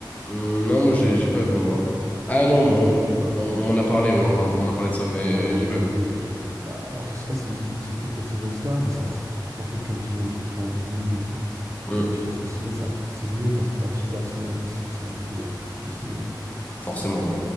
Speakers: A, on the left; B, on the right.
A: Hum, non,
B: sur
A: moi j'ai
B: euh,
A: j'ai pas vu moi. Ah
B: le truc
A: non,
B: avec
A: on,
B: les robots et tout, là.
A: on- on m'en a parlé, ouais, on a- on m'en a parlé de ça, mais
B: Ouais, Wade
A: j'ai pas
B: l'a
A: vu.
B: vu et tout. Bah, alors, je sais pas si des films qui sont faits pour le cinéma, etc., mais ça reste. Je pense que tu vois, le film est objectivement mythe de fou.
A: Hum,
B: Mais je pense qu'au ciné, ça, c'est mieux parce que bah, film d'action et tout, c'est forcément plus cool euh, au ciné. ouais.
A: forcément, ouais.